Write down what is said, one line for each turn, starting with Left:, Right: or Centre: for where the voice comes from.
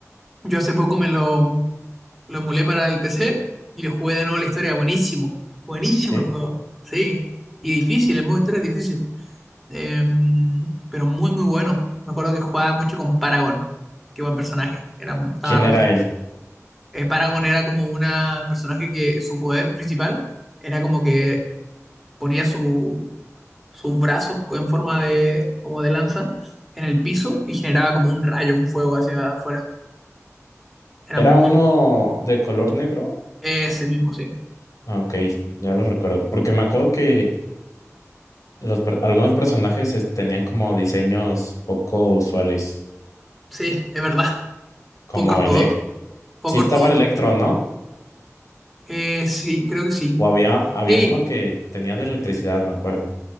Centre: Yo hace poco me lo, Lo emulé para el PC y lo jugué de nuevo la historia. Buenísimo. Buenísimo
Left: ¿sí?
Centre: el juego. Sí. Y difícil, el modo historia es difícil. Eh, pero muy, muy bueno. Me acuerdo que jugaba mucho con Paragon. Qué buen personaje. Era, estaba
Left: ¿Quién
Centre: roto.
Left: era él?
Centre: Eh, Paragon era como una personaje que su poder principal era como que ponía su, sus brazos en forma de, como de lanza en el piso y generaba como un rayo, un fuego hacia afuera. Era
Left: ¿Era
Centre: muy...
Left: uno de color negro?
Centre: Ese mismo, sí.
Left: Ah, Ok, ya lo recuerdo, porque me acuerdo que los, per- algunos personajes es- tenían como diseños poco usuales,
Centre: Sí, es verdad.
Left: como
Centre: Poco ortodoxo
Left: Elect.
Centre: Poco
Left: Sí estaba
Centre: ortodoxo.
Left: el Electro, ¿no?
Centre: Eh, sí, creo que sí.
Left: O había,
Centre: Sí,
Left: había
Centre: sí
Left: uno que tenía de electricidad, me acuerdo.